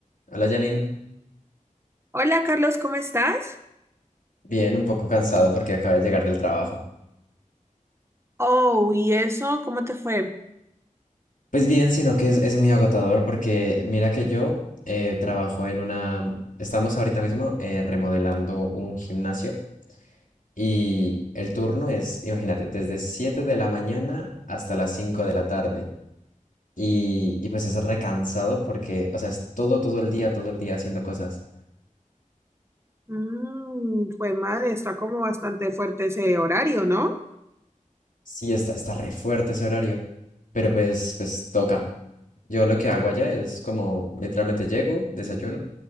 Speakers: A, on the left; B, on the right.
A: Hola Janine,
B: Hola Carlos, ¿cómo estás?
A: bien, un poco cansado porque acabé de llegar del trabajo.
B: Oh, ¿y eso? ¿Cómo te fue?
A: Pues bien, sino que es, es muy agotador porque mira que yo eh, trabajo en una... Estamos ahorita mismo eh, remodelando un gimnasio y el turno es, imagínate, desde 7 de la mañana hasta las 5 de la tarde. Y, y pues es recansado porque, o sea, es todo, todo el día, todo el día haciendo cosas.
B: Mm, fue madre, está como bastante fuerte ese horario, ¿no?
A: Sí, está, está re fuerte ese horario, pero pues, pues toca. Yo lo que hago allá es como literalmente llego, desayuno.